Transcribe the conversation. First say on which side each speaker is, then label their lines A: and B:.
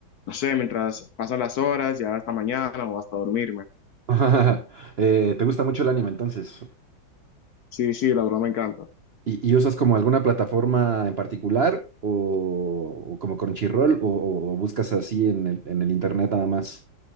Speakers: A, on the left; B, on the right.
A: no sé, mientras pasan las horas, ya hasta mañana o hasta dormirme.
B: <laughs> Eh, ¿te gusta mucho el anime entonces?
A: Sí, sí, la verdad me encanta.
B: ¿Y, y usas como alguna plataforma en particular o, o como Crunchyroll o, o- o buscas así en el, en el internet nada más